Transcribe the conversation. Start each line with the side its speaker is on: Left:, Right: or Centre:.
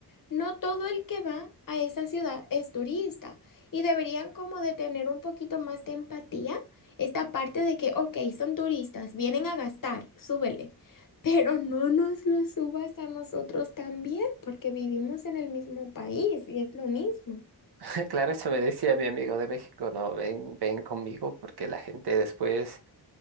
Left: no todo el que va a esa ciudad es turista y deberían como de tener un poquito más de empatía esta parte de que, ok, son turistas, vienen a gastar, súbele, pero no nos lo subas a nosotros también porque vivimos en el mismo país y es lo mismo.
Right: <laughs> Claro, eso me decía mi amigo de México, no, ven, ven conmigo porque la gente después